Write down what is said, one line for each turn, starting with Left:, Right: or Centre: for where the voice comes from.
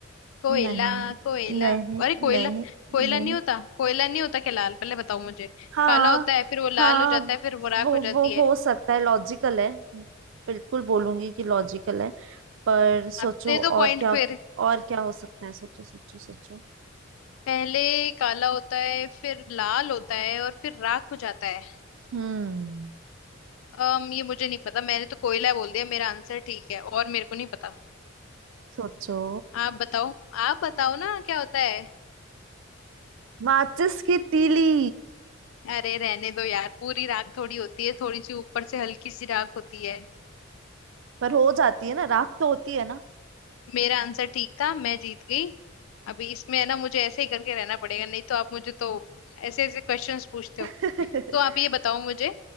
Left: कोयला
Right: नहीं
Left: कोयला
Right: नहीं
Left: अरे कोयला
Right: नहीं
Left: कोयला
Right: नहीं
Left: नहीं होता कोयला नहीं होता क्या लाल पहले बताओ मुझे
Right: हाँ
Left: काला होता है फिर वो
Right: हाँ
Left: लाल हो जाता है फिर वो राख
Right: वो
Left: हो जाती
Right: वो
Left: है
Right: हो सकता है लॉजिकल है बिल्कुल बोलूंगी कि लॉजिकल है पर सोचो
Left: हाँ, दे
Right: और
Left: दो पॉइंट
Right: क्या
Left: फिर
Right: और क्या हो सकता है सोचो सोचो सोचो
Left: पहले काला होता है फिर लाल होता है और फिर राख हो जाता है
Right: हम्म
Left: अम ये मुझे नहीं पता मैंने तो कोयला बोल दिया मेरा आंसर ठीक है और मेरे को नहीं पता
Right: सोचो
Left: आप बताओ आप बताओ ना क्या होता है
Right: माचिस की तीली
Left: अरे रहने दो यार पूरी राख थोड़ी होती है थोड़ी सी ऊपर से हल्की सी राख होती है
Right: पर हो जाती है ना राख तो होती है ना
Left: मेरा आंसर ठीक था मैं जीत गई अभी इसमें है ना मुझे ऐसे ही करके रहना पड़ेगा नहीं तो आप मुझे तो ऐसे ऐसे क्वेश्चंस पूछते
Right: <laughs>
Left: हो तो आप ये बताओ मुझे